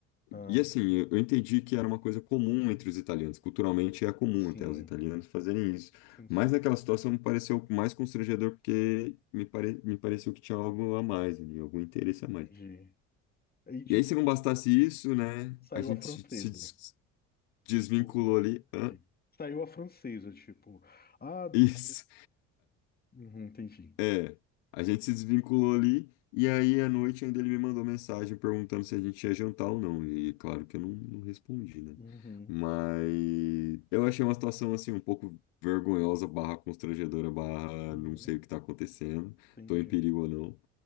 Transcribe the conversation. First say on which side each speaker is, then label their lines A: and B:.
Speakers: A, on the left; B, on the left.
A: ah,
B: e assim, eu eu entendi que era uma coisa comum entre os italianos, culturalmente é comum
A: sim,
B: até os italianos fazerem isso.
A: sim,
B: Mas
A: sim,
B: naquela situação me pareceu mais constrangedor porque me, pare... me pareceu que tinha algo a mais ali, algum interesse
A: entendi.
B: a mais.
A: Aí, tipo,
B: E aí, se não
A: tu
B: bastasse
A: sa-
B: isso, né,
A: saiu
B: a gente
A: a francesa,
B: se se des- desvinculou
A: tipo,
B: ali.
A: hum, entendi.
B: hã?
A: Saiu a francesa, tipo, ah, dá
B: Isso.
A: uhum, entendi.
B: É, a gente se desvinculou ali e aí à noite ainda ele me mandou mensagem perguntando se a gente ia jantar ou não. E claro que eu não, não respondi, né?
A: Uhum,
B: Mas eu achei uma situação assim um pouco vergonhosa, barra constrangedora, barra
A: uhum,
B: não sei o que tá acontecendo,
A: entendi.
B: tô em perigo ou não.